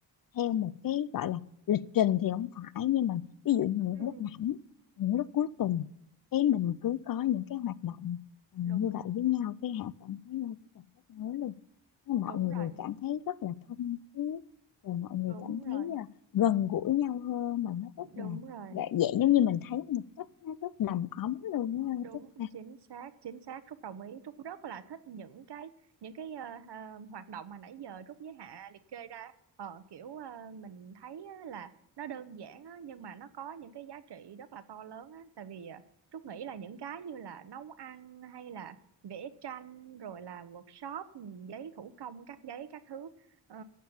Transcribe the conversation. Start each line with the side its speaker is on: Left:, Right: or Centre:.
Left: theo một cái gọi là lịch trình thì không phải nhưng mà ví dụ như những
Right: ừ
Left: lúc rảnh những lúc cuối tuần cái mình cứ có những cái hoạt động ừ,
Right: đúng
Left: như
Right: rồi
Left: vậy với nhau cái họ cảm thấy là rất là kết nối luôn Thế mọi
Right: đúng
Left: người
Right: rồi
Left: cảm thấy rất là thân thiết rồi mọi người
Right: đúng
Left: cảm
Right: rồi
Left: thấy à, gần gũi nhau hơn mà nó rất
Right: đúng
Left: là
Right: rồi
Left: dễ, dễ giống như mình thấy một cách nó rất đầm ấm luôn á
Right: đúng
Left: chứ ha
Right: chính xác chính xác Trúc đồng ý Trúc rất là thích những cái những cái ờ, ờ, hoạt động mà nãy giờ Trúc với Hạ liệt kê ra ờ kiểu ờ, mình thấy á là nó đơn giản á, nhưng mà nó có những cái giá trị rất là to lớn á tại vì ờ, Trúc nghĩ là những cái như là nấu ăn hay là vẽ tranh rồi làm workshop ừ, giấy thủ công cắt giấy các thứ ờ,